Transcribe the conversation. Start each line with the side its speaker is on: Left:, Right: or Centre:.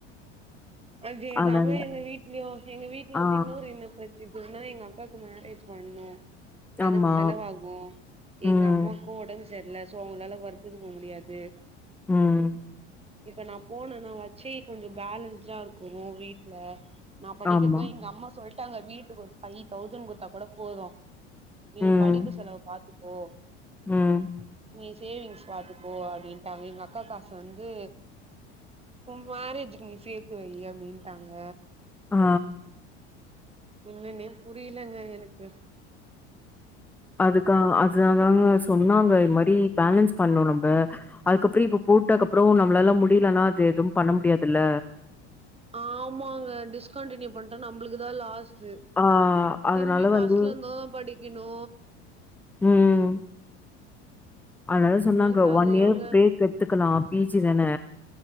Right: அதே
Centre: அதனால
Right: தாங்க எங்க வீட்லயு எங்க வீட்ல வந்து
Centre: ஆ
Right: இன்னொரு என்ன பிர இப்போன்னா எங்க அக்காக்கு மேரேஜ் பண்ணு அதுக்கு
Centre: ஆமா
Right: செலவாகு எங்க
Centre: ம்
Right: அம்மாக்கு உடம்பு செர்ல சோ அவுங்களால ஒர்க்குக்கு போ முடியாது
Centre: உம்
Right: இப்ப நா போனன்னா வாச்சி கொஞ்ச பேலன்ஸ்டா இருக்கு வீட்ல நா படிக்கதா
Centre: ஆமா
Right: எங்க அம்மா சொல்ட்டாங்க வீட்டுக்கு ஒரு ஃபை தௌசண் குத்தா கூட போதும் நீ
Centre: ம்
Right: உன் படிப்பு செலவ பாத்துப்கோ
Centre: ம்
Right: நீ சேவிங்ஸ் பாத்துக்கோ அப்டின்ட்டாங்க எங்க அக்கா காசு வந்து உன் மேரேஜூக்கு நீ சேத்து வை அப்டின்ட்டாங்க
Centre: ஆ
Right: என்னன்னே புரியலங்க எனக்கு
Centre: அதுக்கா அது அதாங்க சொன்னாங்க இந்த மாரி பேலன்ஸ் பண்னும் நம்ப அதுக்கப்புறம் இப்ப போட்டக்கப்புறம் நம்பளால முடியலன்னா அது எதுவும் பண்ண முடியாது இல்ல
Right: ஆமாங்க டிஸ்கண்டிநியூ பண்டா நம்ளுக்கு தா லாஸ் து
Centre: ஆ அதனால
Right: திரும்பி ஃபஸ்ட்லந்து
Centre: வந்து
Right: தா படிக்கணு
Centre: ம் அதனால சொன்னாங்க
Right: என்ன கதையோங்க
Centre: ஒன் இயர் பிரேக் எடுத்துக்கலாம் பி ஜி தானே